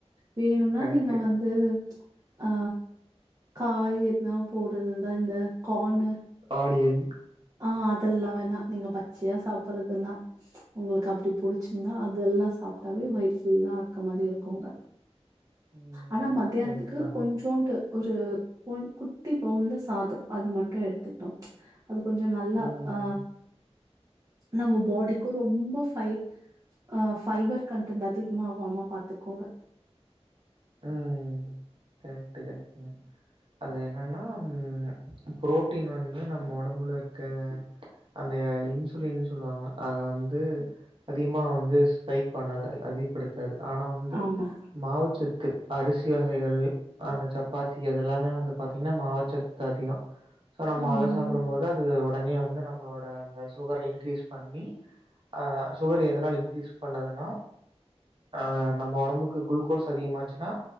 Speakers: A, on the right (about 35°); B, on the right (about 50°).
A: வேணுனா
B: கரெக்ட்டு
A: நீங்க வந்து ஆ காய் எதுனா போடுறதுந்தா இந்த கார்ன்னு
B: ஆனியன்ட்
A: ஆ அதெல்லா வேணா நீங்க பச்சையா சாப்பிடறதுன்னா உங்களுக்கு அப்படி புடிச்சிருந்தா அது எல்லா சாப்ட்டாவே வயிறு ஃபுல்லா இருக்க மாரி இருக்குங்க
B: ம்
A: ஆனா மத்தியானத்துக்கு
B: கரெக்ட்டு தாங்க
A: கொஞ்சோண்டு ஒரு கோ குட்டி பவுல்ல சாத அது மட்டு எடுத்துட்டோ அது கொஞ்சோ நல்லா
B: ம்
A: ஆ நம்ம பாடிக்கு ரொம்ப ஃபைப ஆ ஃபைபர் கண்டன்ட் அதிகமா ஆகாம பாத்துக்கோங்க
B: ம் கரெக்ட்டு கரெக்ட்டுங்க அது என்னனா ம் புரோட்டீன் வந்து நம்ம ஒடம்புலருக்க அந்த இன்சுலின் சொல்லுவாங்க அத வந்து அதிகமா வந்து ஸ்பைக் பண்ணத அ திகப்படுத்தாது ஆனா வந்து
A: ஆமா.
B: மாவுச்சத் து அரிசி வகைகள் அந்த சப்பாத்தி அதெல்லாமே வந்து பாத்தீங்னா மாவுச்சத்து அதிகோ சோ நம்ம
A: ம்.
B: அத சாப்பிடம் போது அது ஒடனே வந்து நம்மளோட அந்த சுகர இன்கிரீஸ் பண்ணி அ சுகரு எதனால இன்கிரீஸ் பண்ணதுன்னா அ நம்ம ஒடம்புக்கு குளுக்கோஸ் அதிகமாச்சு னா